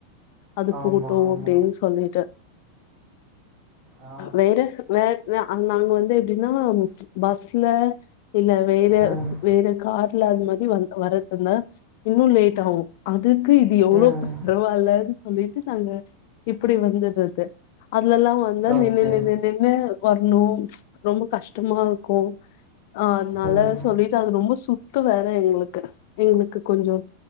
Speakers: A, on the left; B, on the right.
A: அது
B: ஆமா,
A: போவ்ட்டோ
B: ஆமா.
A: அப்டின் சொல்லிட்டு
B: ஆ.
A: வேற வேற நா அங் நாங் வந்து எப்டின்னா பஸ்ல இல்ல வேற
B: ம்.
A: வேற கார் ல அந்த மாரி வந் வரதுன்னா இன்னூ லேட் ஆவூ அதுக்கு இது எவ்ளோ
B: ம்.
A: பரவால்ல ல்லேன் சொல்லிட்டு நாங்க இப்டி வந்துட்றது அதுல எல்லா வந்தா
B: ஓகே.
A: நின்னு நின்னு ன்னு வரணோ ரொம்ப கஷ்டமா க்கோ அ அத்னால
B: ம்.
A: சொல்லிட்டு அது ரொம்ப சு த்து வேற எங்களுக்கு எங்களுக்கு கொஞ்சோ